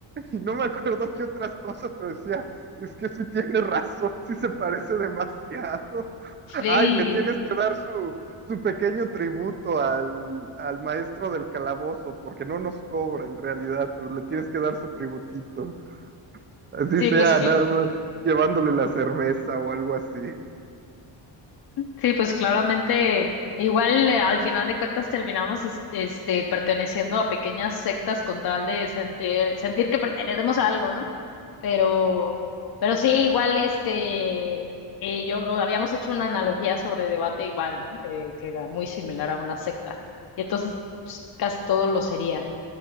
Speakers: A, on the right; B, on the left.
A: Y no me acuerdo qué otras cosas, pero decía, es que sí tiene razón, sí se parece demasiado.
B: Sí,
A: <laughs> Ay, le tienes que dar su, su pequeño tributo al, al maestro del calabozo, porque no nos cobra en realidad, pero le tienes que dar su tributito. Así
B: sí,
A: sea,
B: pues cl-
A: nada más llevándole la cerveza o algo así.
B: Sí, pues claramente, igual eh, al final de cuentas terminamos es- este, perteneciendo a pequeñas sectas con tal de sentir, sentir que pertenecemos a algo, ¿no? Pero, pero sí, igual este, eh, yo habíamos hecho una analogía sobre debate igual, ¿no? Que, que era muy similar a una secta. Y entonces pues, casi todo lo sería.